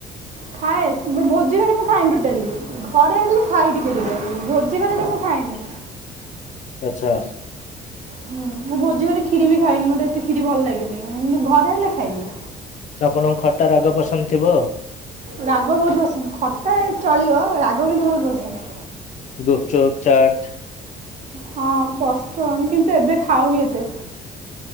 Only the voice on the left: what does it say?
ଆଚ୍ଛା।
ତ ଆପଣଙ୍କୁ ଖଟା ରାଗ ପସନ୍ଦ ଥିବ ଆଉ।
ଗୁପଚୁପ୍ ଚାଟ୍